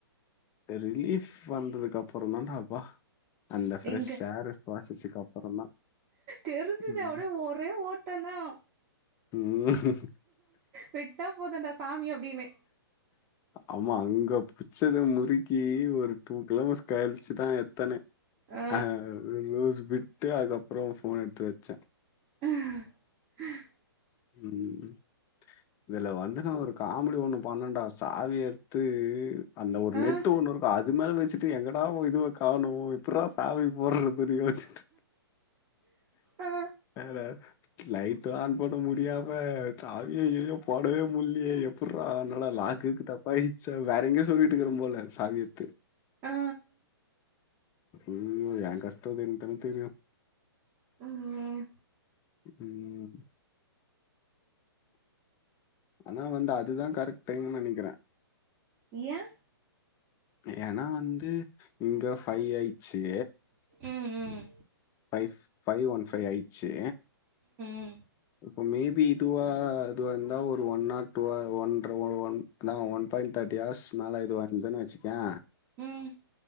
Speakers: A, on the left; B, on the right.
A: ரிலீஃப் வந்ததுக்கு அப்பறந்தான்டா அப்பா அந்த ஃப்ரெஷ்
B: இங்க
A: ஏர் சுவாசிச்சதுக்கு அப்புறம் தான்.
B: தெரிஞ்சுது
A: ம்.
B: அப்டே ஒரே ஓட்டந்தா
A: ம்
B: விட்டா போதுன்டா சாமி அப்டினு
A: ஆமா அங்க புச்சத முறி கே ஒரு டூ கிலோமீட்ரு கழிச்சுதா எத்தனே
B: ஆ
A: அ ஒரு <unintelligible> விட்டு அதுக்கப்றோ ஓ ஃபோன் எத்து வச்சே
B: ம்
A: ம் இதுல வந்து நா ஒரு காமெடி ஒன்னு பண்ணன்டா சாவிய எத்து அந்த ஒரு
B: ஆ
A: நெட்டு ஒன்னு இருக்கு அது மேல வச்சுட் எங்கடா ஒ இதுவ காணு எப்புர்றா சாவி போர்றதுனு யோசிச்
B: ஆ
A: <inaudible> லைட்டு ஆன் பண்ண முடியாம சாவிய ய்யயோ போடவே முல்லியே எப்புர்றா என்னடா லாக்கு கிக்கு த ப்பாய்ச்சோ வேற எங்யோ சொறிவிட்டுக்குறன் போல சாவிய எத்து
B: ஆ
A: ஐய்யயோ ஏ கஷ்டோ எனக்கு தானே தெரியு
B: ம்
A: ம் ஆனா வந்து அதுதா கரெக்ட் டைம்ன் நெனைக்கிறே
B: ஏன்
A: ஏன்னா வந்து இங்க ஃபை ஆயிச்சு
B: ம் ம்
A: ஃபைஸ் ஃபை ஒன் ஃபை ஆயிச்சு
B: ம்
A: இப்போ மே பி இதுவா இதுவா இந்தா ஒரு ஒன் ஆர் டூ ஆர் ஒன்ர ஓ ஒன் அதா ஒன் பாயிண்ட் தேட்டி ஆர்ஸ் க்கு மேல இதுவாந்துன்னா வச்சுக்கியா
B: ம்